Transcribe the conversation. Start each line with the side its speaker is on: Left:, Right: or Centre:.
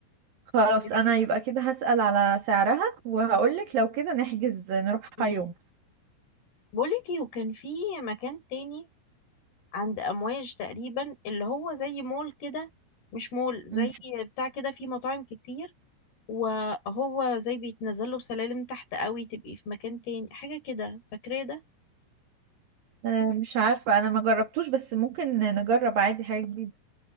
Right: خلاص
Left: ايه
Right: انا
Left: رأيك؟
Right: يبقى كده هسأل على سعرها وهقولك لو كده نحجز نروحها
Left: امم
Right: يوم
Left: بقولك ايه وكان في مكان تاني عند أمواج تقريبا اللي هو زي مول كده مش مول زي
Right: مم.
Left: بتاع كده فيه مطاعم كتير وهو زي بيتنزل له سلالم تحت قوي تبقي في مكان تاني حاجة كده فاكرة ده
Right: آه، مش عارفة انا ما جربتوش بس ممكن نجرب عادي حاجة جديدة